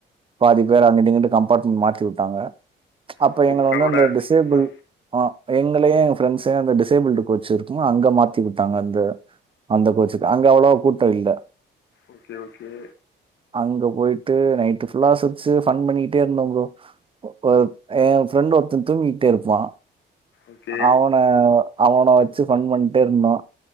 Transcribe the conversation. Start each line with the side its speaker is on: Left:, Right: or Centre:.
Right: இப்ப பாதி பேர் அங்கட்டுங்கிட்டு கம்பார்ட்மெண்ட் மாத்தி விட்டாங்க அப்ப
Left: இப்போ
Right: எங்களை
Left: க்ரௌடா
Right: வந்து அந்த
Left: இருக்குன்னா
Right: டிசேபிள் ஆ எங்களயி எங்க ஃரெண்ட்ஸயு அந்த டிசேபிள்டு கோச் இருக்கு அங்க மாத் தி விட்டாங்க அந்த அந்த கோச்க்கு அங்க அவ்வளவுவா கூட்ட இல்ல
Left: ஓகே ஓகே
Right: அங்க போயிட்டு நைட்டு ஃபுல்லா சிரிச்சு ஃபன்னு பண்ணிட்டே இருந்தோம் ப்ரோ அ எ ஃப்ரெண்ட் ஒருத்த தூங்கிட்டே இருப்பா
Left: ஓகே
Right: அவன அவன வச்சு ஃபன்னு பண்ட்டே இருந்தோ